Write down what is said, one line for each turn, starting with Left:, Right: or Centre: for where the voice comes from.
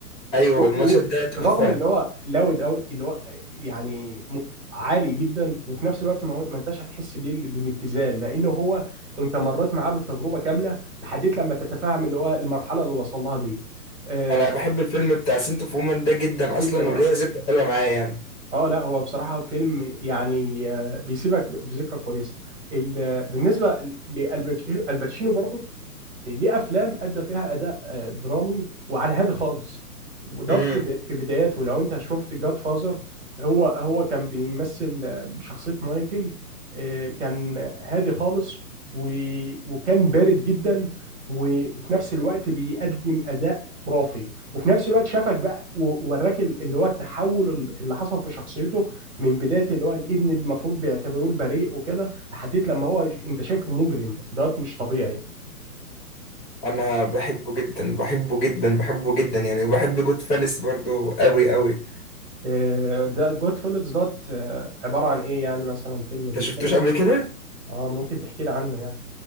Left: ايوه
Right: و- و-
Left: المشهد ده تحفة
Right: برغم اللي هو لاود قوي اللي هو يعني م- عالي جدا وفي نفس الوقت ما ما انتش هتحس بيه ال- بالابتذال لانه هو انت مريت معاه بالتجربه كامله لحد لما تتفهم اللي هو المرحله اللي وصل لها دي آه
Left: انا بحب الفيلم بتاع سنتو فوما ده جدا اصلا
Right: جدا
Left: وليه
Right: اه
Left: ذكرى حلوة معايا يعني
Right: اه لا هو بصراحه فيلم يعني آه بيسيبك ب- بذكرى كويسه ال- بالنسبه لالباتشينو الباتشينو برضو ليه افلام ادى فيها اداء آه، درامي وعلى هادي خالص وده
Left: امم
Right: في ب- في بداياته لو انت شفت جاد فازر هو هو كان بيمثل آه، بشخصيه مايكل آه، كان هادي خالص و- وكان بارد جدا وفي نفس الوقت بيقدم اداء خرافي وفي نفس الوقت شافك بقى ووراك ال- اللي هو التحول ال- اللي حصل في شخصيته من بدايه اللي هو الابن اللي المفروض بيعتبروه البريء وكده لحد لما هو انت شايفه مجرم دوت مش طبيعي
Left: انا بحبه جدا بحبه جدا بحبه جدا يعني وبحب جود فالس برضو قوي قوي
Right: إيه، ده جود فيلز دوت آه، عبارة عن ايه يعني مثلا فيلم
Left: انت
Right: بيتكلم
Left: شفتوش قبل كده
Right: اه ممكن تحكي لي عنه يعني